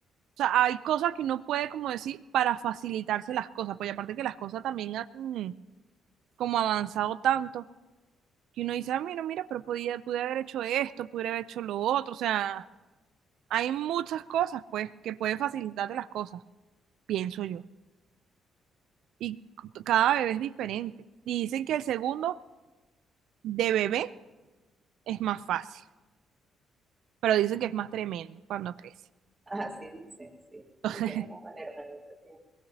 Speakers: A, on the right; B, on the right.
A: O sea, hay cosas que uno puede, como decir, para facilitarse las cosas, pues y aparte que las cosas también han mm, como avanzado tanto, que uno dice, ah, mira, mira, pero podía, pude haber hecho esto, pude haber hecho lo otro, o sea, hay muchas cosas, pues, que pueden facilitarte las cosas, pienso yo. Y c- cada bebé es diferente. Y dicen que el segundo de bebé es más fácil, pero dicen que es más tremendo cuando crece.
B: <laughs> Así dice, sí, porque
A: <laughs>
B: tienen como el hermanito que,